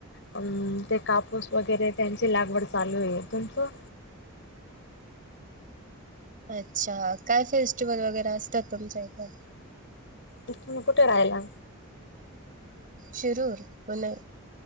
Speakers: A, on the left (about 60°); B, on the right (about 40°).
A: अ ते काप स वगरे त्यांची लागवड चालू आहे तुमचं
B: अच्छा काय फेस्टिवल वगैरे असतात तुमच्या इथं
A: तुम्ही कुठे राहिला
B: शिरूर पुणे